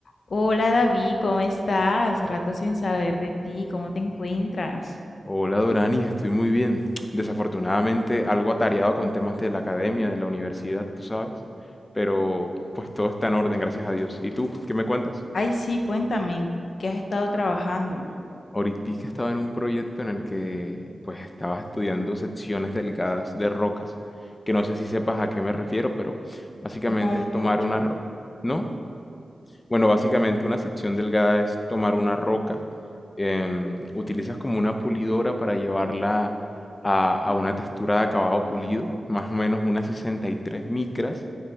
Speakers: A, on the left; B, on the left.
A: Hola David, ¿cómo estás? Rato sin saber de ti, ¿cómo te encuentras?
B: Hola Dorani, estoy muy bien. Desafortunadamente algo atareado con temas de la academia, de la universidad, tú sabes. Pero pues todo está en orden, gracias a Dios. ¿Y tú? ¿Qué me cuentas?
A: Ay, sí, cuéntame, ¿en ¿qué has estado trabajando?
B: Ahorita estaba en un proyecto en el que pues estaba estudiando secciones delgadas de rocas, que no sé si sepas a qué me refiero, pero básicamente
A: No mucho.
B: es tomar una... ro- ¿No? Bueno, básicamente una sección delgada es tomar una roca, em, utilizas como una pulidora para llevarla a, a una textura de acabado pulido, más o menos unas 63 micras,